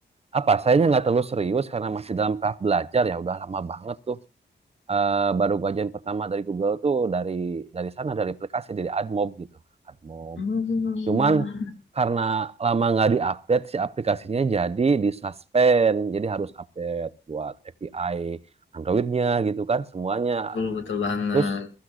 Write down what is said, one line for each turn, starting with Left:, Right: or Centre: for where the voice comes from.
Right: apa? Sayanya nggak terlalu serius karena masih dalam tahap belajar ya. Udah lama banget tuh. Eh, baru gua ajain pertama dari Google tuh dari dari sana dari aplikasi dari AdMob gitu. AdMob.
Left: Hmm.
Right: Cuman karena lama nggak diupdate si aplikasinya jadi disuspend. jadi harus update buat API Androidnya gitu kan semuanya
Left: betul betul banget
Right: Terus